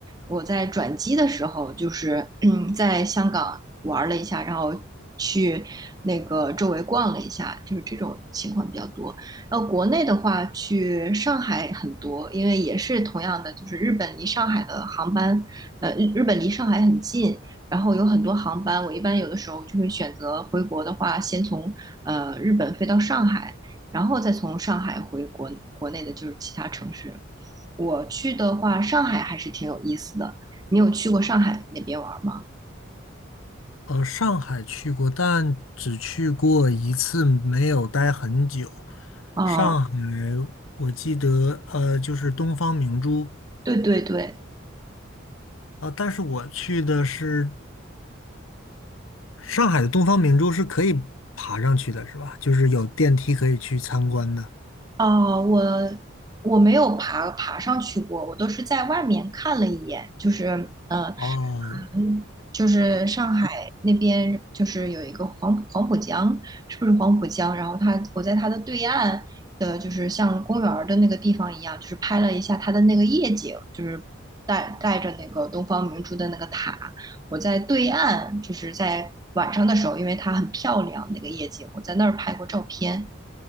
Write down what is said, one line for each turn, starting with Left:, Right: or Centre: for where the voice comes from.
Right: 我在转机的时候，就是嗯，在香港玩了一下，然后去那个周围逛了一下，就是这种情况比较多。然后国内的话，去上海很多，因为也是同样的，就是日本离上海的航班，呃，日日本离上海很近，然后有很多航班，我一般有的时候就会选择回国的话，先从呃日本飞到上海，然后再从上海回国国内的就是其他城市。我去的话，上海还是挺有意思的。你有去过上海那边玩吗？
Left: 呃，上海去过，但只去过一次，没有待很久。
Right: 哦，
Left: 上海，我记得，呃，就是东方明珠
Right: 对对对，
Left: 啊，但是我去的是上海的东方明珠是可以爬上去的，是吧？就是有电梯可以去参观的。
Right: 哦，我我没有爬爬上去过，我都是在外面看了一眼，就是呃
Left: 哦
Right: 嗯，就是上海那边，就是有一个黄黄浦江，是不是黄浦江？然后它，我在它的对岸的，就是像公园儿的那个地方一样，就是拍了一下它的那个夜景，就是带带着那个东方明珠的那个塔。我在对岸，就是在晚上的时候，因为它很漂亮，那个夜景，我在那儿拍过照片。